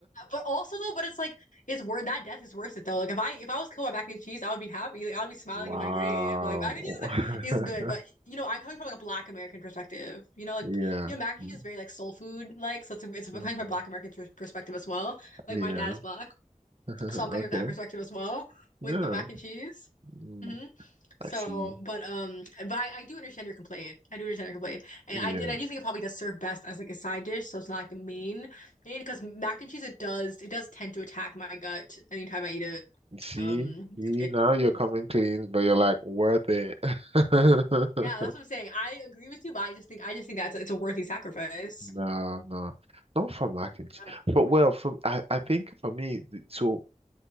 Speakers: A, on the left (about 70°); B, on the right (about 50°).
A: but also though, but it's like it's worth that death is worth it though. Like if I if I was killed by mac and cheese, I would be happy. Like I'd be smiling
B: Wow.
A: in my grave. Like mac and cheese is, is good,
B: <laughs>
A: but you know, I'm coming from like a Black American perspective. You know, like
B: Yeah.
A: you know, mac and cheese
B: Mm.
A: is very like soul food like, so it's it's I'm
B: Mhm.
A: coming from a Black American perspective as well. Like
B: Yeah.
A: my dad is black,
B: <laughs>
A: so I'm coming
B: Okay.
A: from that perspective as well
B: Yeah.
A: with the mac and cheese.
B: Mm.
A: Mhm.
B: I
A: So,
B: see.
A: but um, but I, I do understand your complaint. I do understand your complaint, and
B: Yeah.
A: I did. I do think it probably does serve best as like a side dish, so it's not like the main main. Because mac and cheese, it does it does tend to attack my gut anytime I eat it.
B: See?
A: Um,
B: See,
A: it
B: now you're coming clean, but you're like, worth it. <laughs>
A: yeah, that's what I'm saying. I agree with you, but I just think I just think that's it's a worthy sacrifice.
B: No, no, not for mac and
A: Yeah.
B: cheese. But well, from I, I think for me, th- so